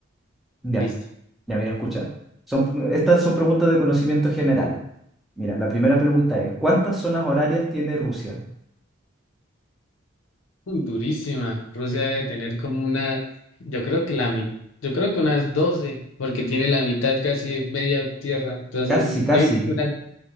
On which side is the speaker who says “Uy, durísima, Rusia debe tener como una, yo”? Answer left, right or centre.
Left